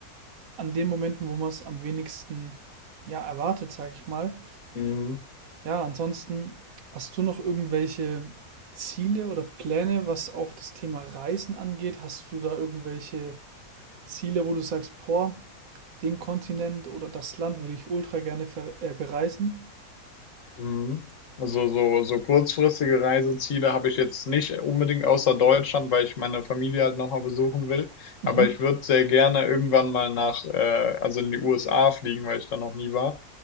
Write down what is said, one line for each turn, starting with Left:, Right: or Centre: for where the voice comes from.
Right: an den Momenten, wo man es am wenigsten ja, erwartet, sage ich mal.
Left: Mhm.
Right: Ja, ansonsten hast du noch irgendwelche Ziele oder Pläne, was auch das Thema Reisen angeht? Hast du da irgendwelche Ziele, wo du sagst, boah, den Kontinent oder das Land würde ich ultra gerne ver äh, bereisen?
Left: Mhm. Also, so so kurzfristige Reiseziele habe ich jetzt nicht unbedingt außer Deutschland, weil ich meine Familie halt noch mal besuchen will.
Right: Mhm.
Left: Aber ich würde sehr gerne irgendwann mal nach, äh also, in die USA fliegen, weil ich da noch nie war.